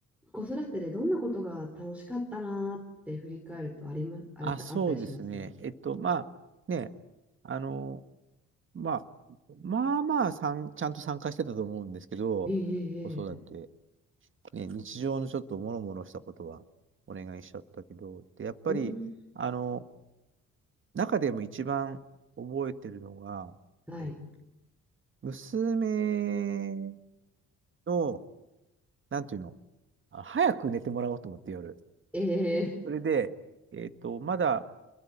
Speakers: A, in the centre; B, on the right.
A: 子育てでどんなことが楽しかったなーって振り返るとありま、あれ、
B: あ、そうですね。
A: あったりします
B: えっと、まあ、ね、あの、まあ、まあまあさん、ちゃんと参加してたと思うんですけど、
A: えええええ
B: 子育て、ね、日常のちょっともろもろしたことはお願いしちゃったけど、で、やっぱり、
A: えうん、
B: あの、中でも一番覚えてるのが、
A: はい。
B: え、娘の、なんていうの、あ早く寝てもらおうと思って夜。
A: ええ
B: それで、えっと、まだ